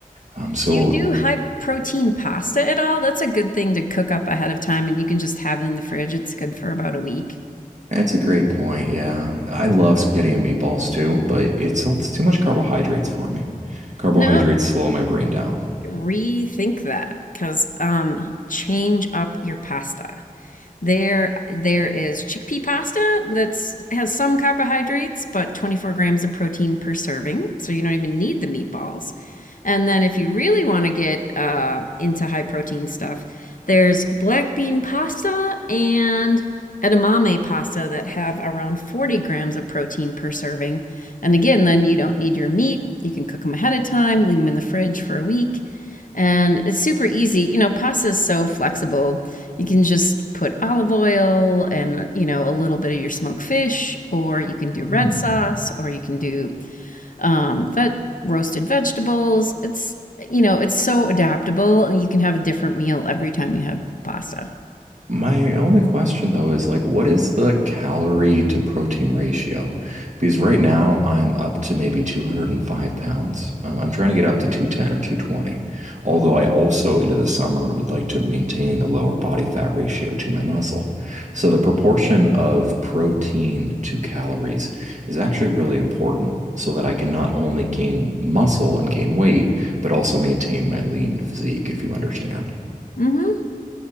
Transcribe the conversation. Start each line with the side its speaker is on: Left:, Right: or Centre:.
Right: Um, so
Left: Do you do high protein pasta at all? That's a good thing to cook up ahead of time and you can just have it in the fridge. It's good for about a week.
Right: That's a great point. Yeah. I love spaghetti and meatballs too, but it's, it's too much carbohydrates for me. Carbohydrates
Left: No,
Right: slow my brain down.
Left: rethink that because um change up your pasta. There, there is chickpea pasta that's has some carbohydrates, but 24 grams of protein per serving, so you don't even need the meatballs. And then, if you really want to get uh, into high protein stuff, there's black bean pasta and edamame pasta that have around 40 grams of protein per serving. And again, then you don't need your meat. You can cook them ahead of time, leave them in the fridge for a week. And it's super easy. You know, pasta is so flexible you can just put olive oil and, you know, a little bit of your smoked fish, or you can do red
Right: Hmm.
Left: sauce, or you can do um, vet- roasted vegetables. It's, you know, it's so adaptable and you can have a different meal every time you have pasta.
Right: My only question though is like, what is the calorie to protein ratio? Because right now I'm up to maybe 205 pounds. Um, I'm trying to get up to 210 or 220. Although I also into the summer would like to maintain a lower body fat ratio to my muscle. So the proportion of protein to calories is actually really important so that I can not only gain muscle and gain weight, but also maintain my lean physique, if you understand.
Left: hmm